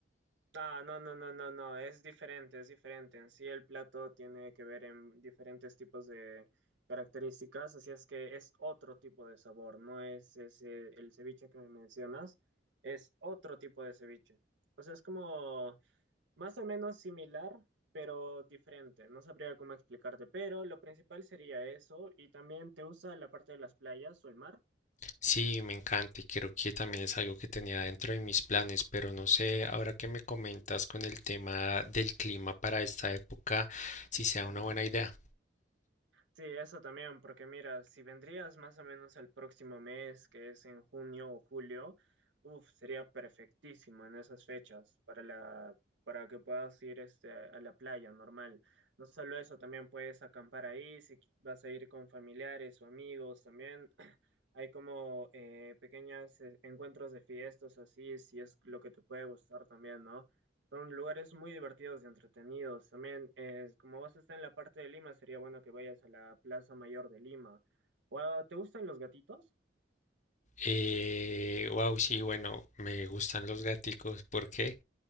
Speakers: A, on the right; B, on the left.
A: Ah, no, no, no, no, no, es diferente, es diferente. En sí el plato tiene que ver en diferentes tipos de características, así es que es otro tipo de sabor, no es ese, el ceviche que me mencionas, es otro tipo de ceviche. O sea, es como más o menos similar, pero diferente. No sabría cómo explicarte, pero lo principal sería eso. Y también te gusta la parte de las playas o el mar.
B: Sí, me encanta y creo que también es algo que tenía dentro de mis planes, pero no sé, ahora que me comentas con el tema del clima para esta época, si sea
A: Mm,
B: una buena idea.
A: Sí, eso también, porque mira, si vendrías más o menos el próximo mes, que es en junio o julio, uf, sería perfectísimo en esas fechas para la, para que puedas ir este, a la playa normal. No solo eso, también puedes acampar ahí, si qui- vas a ir con familiares o amigos también. <clears throat> Hay como eh, pequeños encuentros de fiestas así, si es lo que te puede gustar también, ¿no? Son lugares muy divertidos y entretenidos. También, es, como vos estás en la parte de Lima, sería bueno que vayas a la Plaza Mayor de Lima. ¿O, ah, ¿Te gustan los gatitos?
B: Eh, wow, sí, bueno, me gustan los gaticos. ¿Por qué?